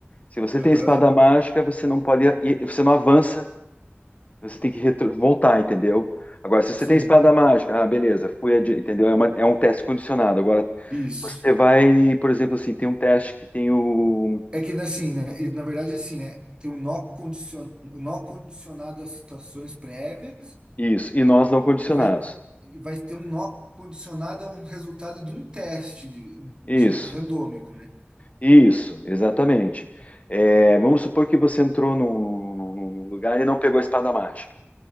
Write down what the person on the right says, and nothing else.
Aham,
sim,
isso.
É que assim, né? e, Na verdade, assim, né? Tem um nó condicionado, um nó condicionado a situações prévias
e vai, e vai ter um nó condicionado a um resultado de um teste de, de
randômico, né?